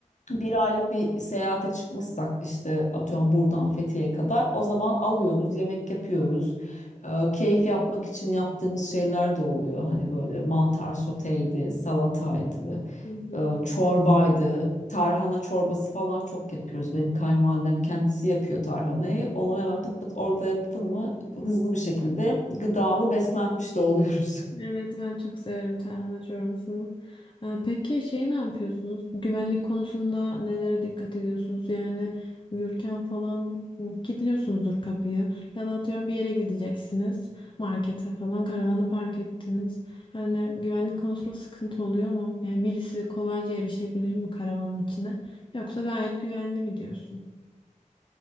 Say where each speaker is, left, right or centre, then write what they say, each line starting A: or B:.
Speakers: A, on the left; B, on the left.
A: bir aylık bir seyahate çıkmışsak işte atıyorum buradan Fethiye'ye kadar o zaman alıyoruz, yemek yapıyoruz. Ee, keyif yapmak için yaptığımız şeyler de oluyor. Hani böyle mantar soteydi, salataydı,
B: hı, hı.
A: e, çorbaydı. Tarhana çorbası falan çok yapıyoruz. Benim kayınvalidem kendisi yapıyor tarhanayı. Onu hemen pıt pıt orada yaptın mı hızlı bir şekilde gıdalı beslenmiş de oluyoruz.
B: Evet ben çok severim tarhana çorbasını. Ee, Peki şey ne yapıyorsunuz? Güvenlik konusunda nelere dikkat ediyorsunuz? Yani uyurken falan hı, kilitliyorsunuzdur kapıyı ya da atıyorum bir yere gideceksiniz markete falan karavanı park ettiniz. Hani güvenlik konusunda sıkıntı oluyor mu? Yani birisi kolayca erişebilir mi karavanın içine? Yoksa gayet güvenli mi diyorsun?